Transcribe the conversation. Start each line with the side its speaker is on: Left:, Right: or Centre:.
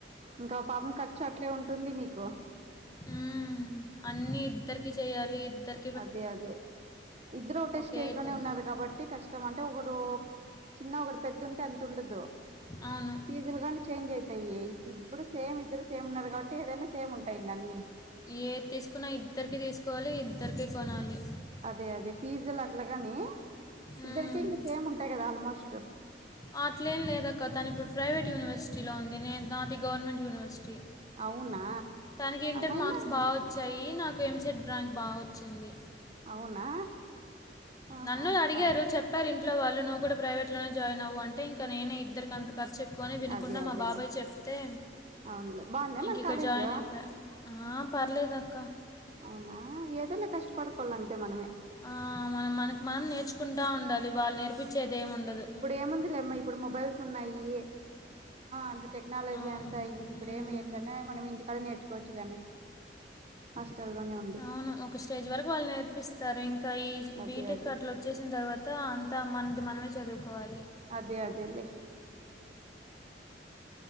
Right: ఇంకా పాపం ఖర్చు అట్లే ఉంటుంది మీకు
Left: ఉ అన్ని ఇద్దరికి చెయ్యాలి ఇద్దరి
Right: అదే అదే ఇద్దరు ఒకటే
Left: ఒకే
Right: స్టేజ్ లోనే
Left: టైం
Right: ఉన్నారు కాబట్టి కష్ట అంటే ఒకరు చిన్న ఒకరు పెద్ద ఉంటే అంత ఉండదు
Left: అవును
Right: ఫీజులు కాని చేంజ్ అయితాయి ఇప్పుడు సేమ్ ఇద్దరు సేమ్ ఉన్నారు కాబట్టి ఏదైనా సేమ్ ఉంటాయి ఇంకా అన్ని
Left: ఏది తీసుకున్నా ఇద్దరికిీ తీసుకోవాలి ఇద్దరికీ కొనాలి
Right: అదే అదే ఫీజులు అట్లా కాని
Left: మ్మ్.
Right: ఇద్దరిక ఇంకా సేమ్ ఉంటాయి కదా ఆల్మోస్ట్
Left: అట్లేం లేదక్క తను ఇప్పుడు ప్రైవేట్ యూనివర్సిటీలో ఉంది నేను నాది గవర్నమెంట్ యూనివర్సిటీ
Right: అవునా
Left: తనకి ఇంటర్
Right: అయినా
Left: మార్క్స్ బాగా వచ్చాయి నాకు ఎంసెడ్ ర్యాంక్ బాగా వచ్చింది
Right: అవునా ఆహా
Left: నన్ను అడిగారు
Right: ఆ
Left: చెప్ప చెప్పారు ఇంట్లో వాళ్ళు నువ్వు కూడా ప్రైవేట్ లోనే జాయిన్ అవ్వు అంటే ఇంకా నేనే మరి ఇద్దరికీ అంత ఖర్చు ఎక్కువ అని వినకుండా
Right: అదే అదేలే
Left: మా బాబాయ్ చెప్తే
Right: అవునులే బాగుందా మన
Left: ఇంక ఇక్కడ
Right: కాలేజ్
Left: జాయిన్ అయిపోయా ఆ పర్లేదు అక్క
Right: అవునా ఏదన్నా కష్టపడి పోవాలంటే మనమే
Left: ఆ మన మనకి మనం నేర్చుకుంటా ఉండాలి వాళ్ళు నేర్పించేది ఏమి ఉండదు
Right: ఏముందిలేమ్మా ఇప్పుడు మొబైల్స్ ఉన్నాయి అంత టెక్నాలజీ
Left: ఆ,
Right: అంతా ఇంక ఇప్పుడ
Left: ఉమ్.
Right: ఏమ ఇట్లనే మనం ఇంటికాడ నేర్చుకోవచ్చు కనే హాస్టల్లోనే ఉండి
Left: అవును. ఒక స్టేజ్ వరకు వాళ్ళు నేర్పిస్తారు ఇంకా ఈ
Right: అదే
Left: బీటెక్
Right: అదే
Left: అట్ లో వచ్చేసిన తర్వాత అంతా మనది మనమే చదువుకోవాలి
Right: అదే అదేలే